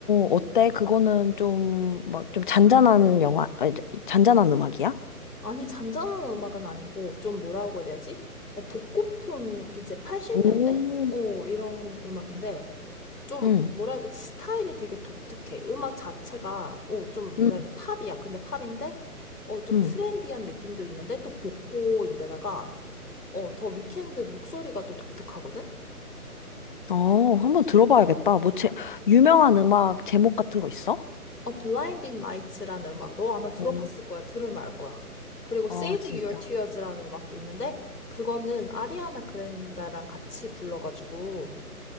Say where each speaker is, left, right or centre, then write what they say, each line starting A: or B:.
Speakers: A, on the left (about 35°); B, on the left (about 90°).
A: 어때? 그거는 좀, 막, 좀 잔잔한 영화, 아니, 잔잔한 음악이야?
B: 아니, 잔잔한 음악은 아니고, 좀 뭐라고 해야 되지? 어, 복고풍 이제 80년대?
A: 오,
B: 어, 이런 음악인데, 좀
A: 응,
B: 뭐라 해야 되지? 스타일이 되게 독특해. 음악 자체가, 어, 좀 뭐라
A: 응,
B: 해야 돼? 팝이야. 근데 팝인데, 어, 좀
A: 응.
B: 트렌디한 느낌도 있는데, 또 복고인데다가, 어, 더 위켄드 목소리가 또 독특하거든?
A: 어, 한번 들어봐야겠다. 뭐, 제, 유명한 음악 제목 같은 거 있어?
B: 어, 블라인딩 라이츠라는 음악, 너 아마 들어봤을
A: 오.
B: 거야. 들으면 알 거야. 그리고 Save
A: 아, 진짜.
B: Your Tears라는 음악도 있는데, 그거는 아리아나 그랜다랑 같이 불러가지고,